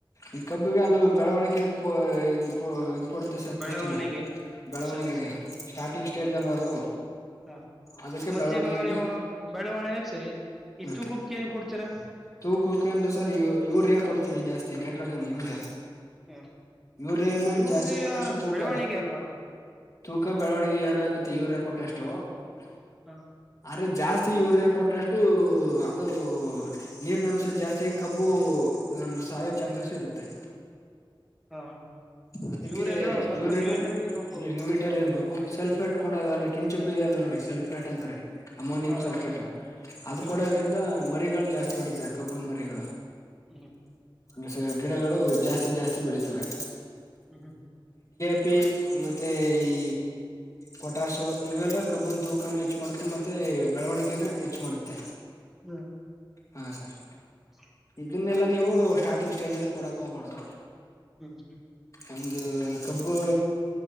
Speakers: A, on the left (about 35°); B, in the centre.
A: ಈ ಕಬ್ಬಿಗೆ ಅದು ಬೆಳವಣಿಗೆಗೆ ಪೊಯ ಪೊಯ ಕೊಡುತ್ತೆ ಸರ್
B: ಬೆಳವಣಿಗೆ
A: ಪುಷ್ಟಿನ. ಬೆಳವಣಿಗೆಗೆ
B: ಸರಿ ಸರಿ
A: ಸ್ಟಾರ್ಟಿಂಗ್ ಸ್ಟೇಜ್
B: ಹ್ಮ್
A: ಅಲ್ವಾ ಅದು
B: ಹ
A: ಅದಕ್ಕೆ
B: ಮತ್ತೆ
A: ಬೆಳವಣಿಗೆಗೆ
B: ಇವಾಗ ನೀವು ಬೆಳವಣಿಗೆಗ್ ಸರಿ ಈ
A: ಹ್ಮ್
B: ತೂಕಕ್ಕೆ ಏನ್ ಕೊಡ್ತೀರಾ
A: ತೂಕಕ್ಕೆ ಅಂತ್ ಸರ್ ಯರಿಯ ಕೊಡ್ತೀವಿ ಜಾಸ್ತಿ. ನೈಟ್ರೋಜನ್ ಯೂರಿಯಾ
B: ಹ
A: ಯೂರಿಯಾನ
B: ಯೂರಿಯ
A: ಜಾಸ್ತಿ ಕೊಟ್ಟಷ್ಟು ತೂಕ
B: ಬೆಳವಣಿಗೆ ಅಲ್ವಾ
A: ತೂಕ ಬೆಳವಣಿಗೆ ಎರಡು ಆಗುತ್ತೆ ಯೂರಿಯಾ ಕೊಟ್ಟಷ್ಟು. ತ <unintelligible>
B: ಹ
A: ಅರೆ ಜಾಸ್ತಿ ಯೂರಿಯಾ ಕೊಟ್ರಷ್ಟು ಅದು ನೀರಿನ್ ಅಂಶ ಜಾಸ್ತಿಯಾಗಿ ಕಬ್ಬು ಸಾಯ ಚಾನ್ಸಸ್ ಇರುತ್ತೆ.
B: ಹ
A: ಅದಕ್ಕೆ
B: ಯೂರಿಯಾನ ಒಂದ್ ಸ್ವಲ್ಪ
A: ಯೂರಿಯನು
B: ಲಿಮಿಟ್ ಅಲ್ಲಿ ನೋಡ್ಕೋಬೇಕು
A: ಲಿಮಿಟ್ ಅಲ್ಲಿ ಇರ್ಬೇಕು. ಸಲ್ಫೇಟ್ ಕೂಡ ಅಂದ್ರೆ ಕೆಂಚುಪ್ಪ ಇದೇ ಇಲ್ಲ ನೋಡಿ ಸಲ್ಪೇಟ್ ಅಂತಾರೆ. ಅಮೋನಿಯಂ
B: ಹ
A: ಸಲ್ಫೇಟ್
B: ಹ
A: ಅದು
B: ಹ್ಮ್
A: ಕೊಡೋದ್ರಿಂದ ಮರಿಗಳು. ಜಾಸ್ತಿ ಹೊಡಿತಾರೆ ಕಬ್ಬುನ್ ಮರಿಗಳು.
B: ಹ್ಮ.
A: <unintelligible> ಗಿಡಗಳು ಜಾಸ್ತಿ ಜಾಸ್ತಿ ಬೆಳಿತವೆ.
B: ಹ್ಮ್ ಹ್ಮ್.
A: ಪ್ಪಿ ಮತ್ತೆ ಈ ಪೊಟಾಶೋ ಇವೆಲ್ಲ ಕಬ್ಬನ್ ತೂಕನ ಹೆಚ್ಚು ಮಾಡುತ್ತೆ. ಮತ್ತೆ ಬೆಳವಣಿಗೆನ ಹೆಚ್ಚು ಮಾಡುತ್ತೆ.
B: ಹ್ಮ್ ಹ್ಮ್
A: ಹಾ ಸರ್.
B: <unintelligible>
A: ಇದನ್ನೆಲ್ಲಾ ನೀವು ಸ್ಟಾರ್ಟ. ರ್ಟಿಂಗ್ ಸ್ಟೇಜ್ ಅಲ್ಲಿ ಕೊಡಕ್ ಹೋಗಬಾರ್ದದು.
B: ಹ್ಮ್.
A: ಒಂದು ಕಬ್ಬು